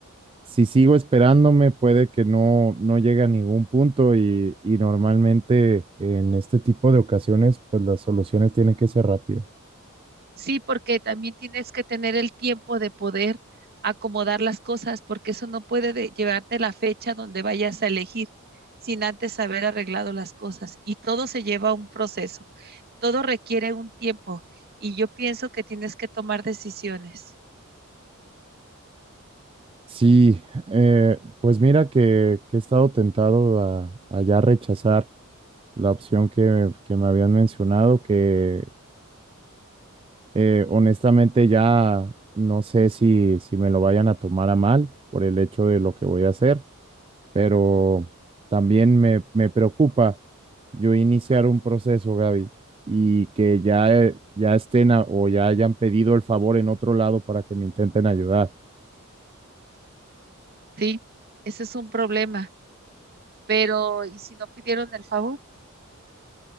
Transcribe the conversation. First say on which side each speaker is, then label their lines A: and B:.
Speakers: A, on the right; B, on the right.
A: si sigo esperándome, puede que no, no llegue a ningún punto y, y normalmente en este tipo de ocasiones, pues las soluciones tienen que ser rápidas.
B: Sí, porque también tienes que tener el tiempo de poder acomodar las cosas, porque eso no puede de- llevarte la fecha donde vayas a elegir sin antes haber arreglado las cosas. Y todo se lleva a un proceso, todo requiere un tiempo. Y yo pienso que tienes que tomar decisiones,
A: Sí, eh, pues mira que, que he estado tentado a, a ya rechazar la opción que, que me habían mencionado, que eh, honestamente ya no sé si, si me lo vayan a tomar a mal por el hecho de lo que voy a hacer pero también me, me preocupa yo iniciar un proceso, Gaby, y que ya, eh, ya estén a- o ya hayan pedido el favor en otro lado para que me intenten ayudar.
B: ¿sí? Ese es un problema pero ¿y si no pidieron el favor?